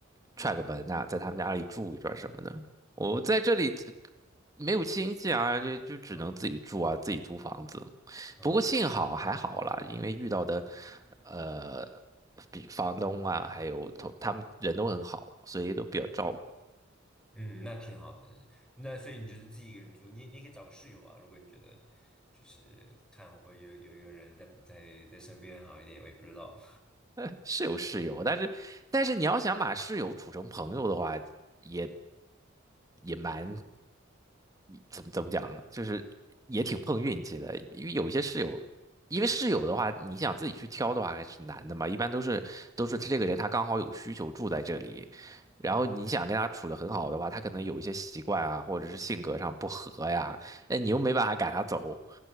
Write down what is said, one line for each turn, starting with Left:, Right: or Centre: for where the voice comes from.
Right: 踹个门呐、在他们家里住一段什么的。我在这里这没有亲戚啊，就就只能自己住啊，
Centre: 嗯
Right: 自己租房子。
Centre: 嗯
Right: 不过幸好还好啦，因为遇到的，呃，比房东啊，还有同他们人都很好，所以都比较照顾。
Centre: 嗯。嗯，那挺好的。那所以你就是自己一个人住，你你也可以找个室友啊。如果你觉得就是看会不会有有一个人在在在身边好一点，我也不知道。
Right: <laughs> 是有室友，但是但是你要想把室友处成朋友的话，也也蛮怎么怎么讲呢就是也挺碰运气的，因为有一些室友，因为室友的话，你想自己去挑的话还是难的嘛。一般都是都是他这个人他刚好有需求住在这里，然后你想跟他处得很好的话，
Centre: 嗯，
Right: 他可能有一些习惯啊，或者是性格上不合呀，哎，你又没办法赶他走，